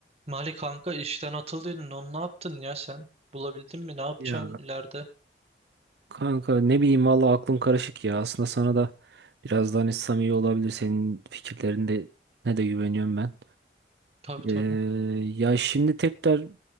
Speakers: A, on the right; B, on the right.
A: Mali kanka işten atıldın. Onu ne yaptın ya sen? Bulabildin mi? Ne yapacaksın
B: Ya
A: ileride?
B: kanka ne bileyim valla aklım karışık ya. Aslında sana da biraz daha hani samimi olabilir. Senin fikirlerinde ne de güveniyorum ben.
A: Tabii
B: Ee,
A: tabii.
B: ya şimdi tekrar